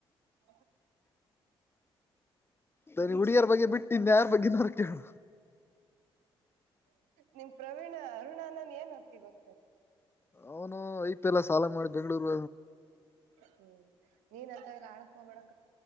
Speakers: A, on the right; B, on the left.
A: ಹ
B: ಸರಿ ಹುಡುಗಿಯರ ಬಗ್ಗೆ ಬಿಟ್ಟು ಇನ್ ಯಾರ ಬಗ್ಗೆನಾರು ಕೇಳು
A: ನಿಮ ಪ್ರವೀಣ ಅರುಣ್ ನ ನನ್ ಏನ್ ಅಕ್ಕೆ ಗೊತ್ತಾರೆ
B: ಅವನು ಐಪ ಎಲ್ಲಾ ಸಾಲ ಮಾಡಿ ಬೆಂಗ್ಳೂರ್
A: ಹ್ಮ್ ನೀನ್ಂತ ಇಲ್ಲ ಆಡಕ್ ಹೋಗಬೇಡ